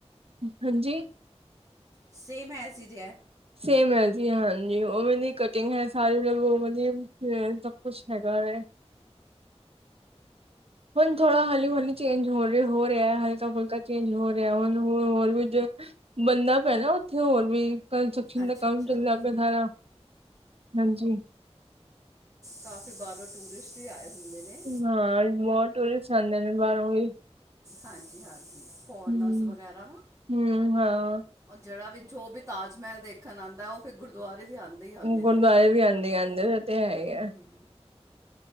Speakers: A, on the right (about 60°); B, on the right (about 30°).
A: ਹਾਂਜੀ।
B: ਸੇਮ ਐਸ ਈ ਹੇਹਾ ਐ।
A: ਸੇਮ ਹੈ ਜੀ ਹਾਂਜੀ ਉਹਵੇਂ ਕਟਿੰਗ ਹੈ। ਸਾਰੀ ਮਤਲਬ- ਨਹੀ, ਸਭ ਕੁਛ ਹੈਗਾ ਵੇ। ਹੁਣ ਥੋੜਾ ਹਲੀ-ਹੌਲੀ ਚੇਂਜ ਹੋ ਰਿਹਾ ਹਲਕਾ-ਫੁਲਕਾ ਚੇਂਜ ਹੋ ਰਿਹਾ। ਹੁਣ ਹੋ ਹੋਰ ਵੀ ਬਣਨਾ ਪੈਣਾ ਉੱਥੇ ਹੋਰ ਵੀ ਕੰਸਟਰਕਸ਼ਨ
B: ਅੱਛਾ
A: ਦਾ ਕੰਮ
B: ਅੱਛਾ
A: ਚੱਲਦਾ ਪਿਆ ਸਾਰਾ। ਹਾਂਜੀ।
B: ਕਾਫੀ ਬਾਹਰੋਂ ਟੂਰਿਸਟ ਵੀ ਆਏ ਹੁੰਦੇ ਨੇ।
A: ਹਾਂ ਬਹੁਤ। ਟੂਰਿਸਟ ਆਂਦੇ ਨੇ ਬਾਰੋਂ ਵੀ।
B: ਹਾਂਜੀ-ਹਾਂਜੀ ਫੋਰਨਸ
A: ਹੂੰ
B: ਵਗੈਰਾ ਨਾ।
A: ਹੂੰ ਹਾਂ।
B: ਜਿਹੜਾ ਵੀ ਜੋ ਵੀ ਤਾਜ ਮਹਿਲ ਦੇਖਣ ਆਉਂਦਾ, ਉਹ ਫਿਰ ਗੁਰਦੁਆਰੇ ਵੀ ਆਉਂਦਾ। ਦੇ ਈ ਆਂਦੇ
A: ਗੁਰਦੁਆਰੇ
B: ਨੇ।
A: ਵੀ ਆਂਦੇ ਆਂਦੇ ਉਹ ਤੇ ਹੈ ਹੀ
B: ਹੂੰ
A: ਆ
B: ਹੂੰ।